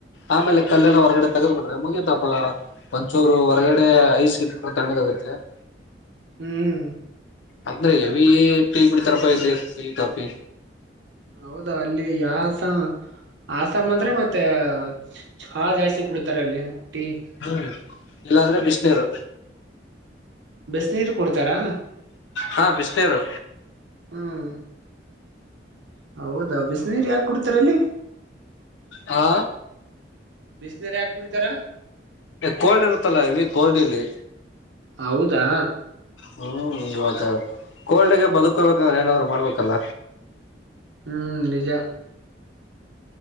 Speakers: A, on the left; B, on the right.
A: ಆಮೇಲೆ ಕಲ್ಲೆಲ್ಲ ಹೊರಗಡೆ ತಗದ್ಬಿಟ್ರೆ ಮುಗೀತಾಪ ಮಂಚೂರು ಹೊರಗಡೆ ಐಸ್ ಇಟ್ಬಿಟ್ರೆ ತಣ ಆಗತ್ತೆ <inaudible>
B: ಹ್ಮ್
A: ಅಂದ್ರೆ ಎವಿ ಟೀ ಕುಡಿತರಪ್ಪ ಇಲಿ ಟೀ ಕಾಫಿ
B: ಹೌದಾ ಅಲ್ಲಿ ಯಾಸ ಆಸಾಮ ಅಂದ್ರೆ ಮತ್ತೆ ಚಛಾ ಜಾಸ್ತಿ ಕುಡ್ತಾರ ಅಲ್ಲಿ ಟೀ
A: ಹ್ಮ ಇಲ್ಲಾಂದ್ರೆ ಬಿಸಿನೀರು
B: ಬಿಸಿನೀರು ಕುಡ್ತಾರಾ
A: ಹಾ ಬಿಸ ಸೇರು
B: ಹ್ಮ್ ಹೌದಾ ಬಿಸಿನೀರ್ ಯಾಕ ಕುಡ್ತಾರ ಅಲ್ಲಿ
A: ಹಾ
B: ಬಿಸಿನರು ಯಾಕ ಕುಡಿತಾರ
A: ಕೋಲ್ಡ್ ಇರತ್ತಲ್ಲಾ ಹೆವಿ ಕೋಲ್ಡ್ ಇಲ್ಲಿ
B: ಹೌದಾ
A: ಹ್ಮ್ ಇವಾಗ ಕೋಲ್ಡಗೆ ಬದುಕೋಬೇಕಂದ್ರೆ ಏನಾದ್ರು ಮಾಡ್ಬೇಕಲ್ಲ
B: ಹ್ಮ್ ನಿಜ